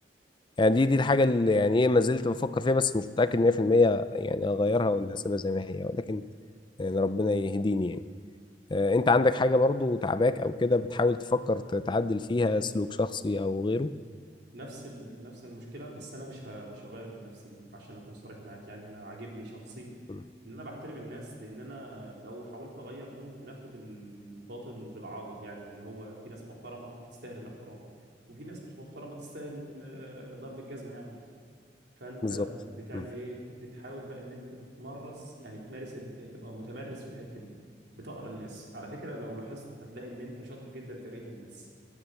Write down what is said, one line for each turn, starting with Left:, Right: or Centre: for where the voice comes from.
Left: يعني دي دي الحاجه اللي يعني ايه ما زلت بفكر فيها بس مش متأكد 100% يعني اغيرها ولا اسيبها زي ما هي ولكن يعني ربنا يهديني يعني آه، انت عندك حاجة برضو تعباك او كده بتحاول تفكر ت- تعدل فيها سلوك شخصي او غيره
Right: نفس ال... نفس المشكله بس انا مش ه... مش هغير من نفسي عشان اكون صريح معاك يعني انا عاجبني شخصي
Left: مم.
Right: ان انا بحترم الناس لان انا لو حاولت اغير ممكن اخد الباطل بالعاضد يعني اللي هو في ناس محترمه تستاهل الاحترام وفي ناس مش محترمه تستاهل آه، ضرب الجزمه يعني فانت
Left: بالظبط
Right: ب... بتعمل
Left: مم.
Right: ايه بتحاول بقى ان انت تتمرس يعني تمارس ال... يعني تبقى متمرس في الحته دي بتقرا الناس على فكره لو لاحظت هتلاقي ان انت شاطر جدا في قرايه الناس